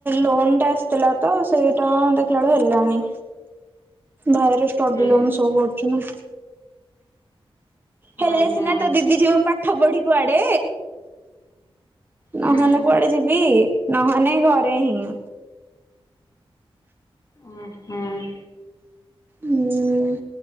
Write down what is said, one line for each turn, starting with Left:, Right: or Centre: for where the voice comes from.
Right: ଲୋନ୍ଟା ଆସିଥିଲା ତ ସେଇଟା ଦେଖିଲା ବେଳୁ ହେଲାନି। ଭାଇର ଷ୍ଟଡି
Left: ମାନେ
Right: ଲୋ ସୋ କରୁଛୁ ନା। ହେଲେ
Left: ଓହୋ
Right: ସିନା ତୋ ଦିଦି ଯିବ ପାଠ ପଢି କୁଆଡେ।
Left: ହୁଁ
Right: ନହଲେ
Left: ହୁଁ
Right: କୁଆଡେ ଯିବି ନହଲେେ ଘରେ ହିଁ।
Left: ଓ ହୁଁ।
Right: ହୁଁ